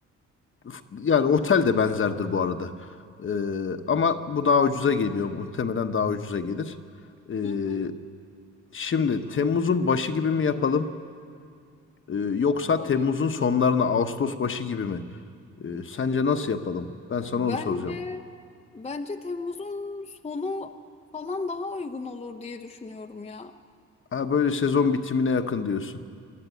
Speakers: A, on the left (about 40°); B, on the left (about 20°).
A: f- yani otel de benzerdir bu arada. Ee, ama bu daha ucuza geliyor. Muhtemelen daha ucuza gelir. Ee,
B: hı hı, hı.
A: şimdi Temmuz'un başı gibi mi yapalım? Ee, yoksa
B: Ee,
A: Temmuz'un sonlarına Ağustos başı gibi mi? Ee, sence nasıl yapalım? Ben sana onu
B: Bence
A: soracağım.
B: bence Temmuz'un sonu falan daha uygun olur diye düşünüyorum ya.
A: Ha böyle sezon bitimine yakın diyorsun.